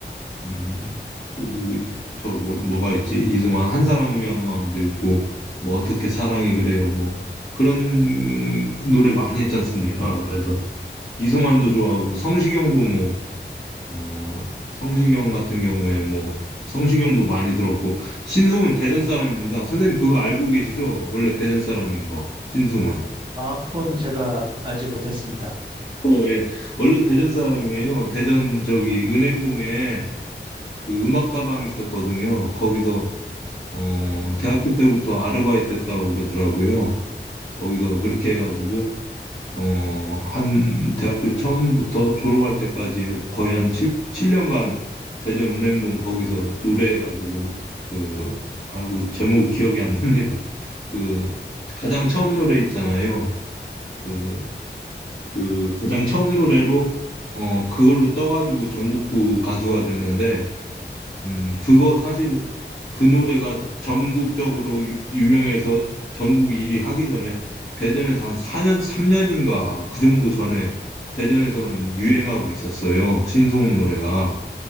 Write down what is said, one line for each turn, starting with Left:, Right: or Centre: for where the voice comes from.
Left: 음, 또 누구 있지? 저 뭐, 뭐가 있지? 이승환 한 사람을 위한 마음도 있고 뭐 어떻게 사랑이 그래요 뭐 그런 노래 많이 했지 않습니까? 그래서 이승환도 좋아하고 성시경도 뭐 어, 성시경 같은 경우에 뭐 성시경도 많이 들었고 신승훈 대전 사람입니다. 선생님 그거 알고 계시죠? 원래 대전 사람인 거 신승훈.
Right: 아, 그거는 제가 알지 못했습니다.
Left: 예, 원래 대전 사람이에요. 대전 저기 은행동에 그 음악다방 있었거든요. 거기서 어, 대학교 때부터 아르바이트 했다고 그러더라고요. 거기서 그렇게 해가지고, 어, 한, 대학교 처음부터 졸업할 때까지 거의 한 7, 칠년간 대전은행동 거기서 노래해가지고, 그, 아, 그 제목이 기억이 안 납니다. 그, 가장 처음 노래 있잖아요. 그, 그, 가장 처음 노래로, 어, 그걸로 떠가지고 전국구 가수가 됐는데, 음, 그거 사실 그 노래가 전국적으로 유, 유명해서 전국 1위 하기 전에 대전에서 한 4년, 3년인가 그 정도 전에 대전에서는 유행하고 있었어요. 신승훈 노래가.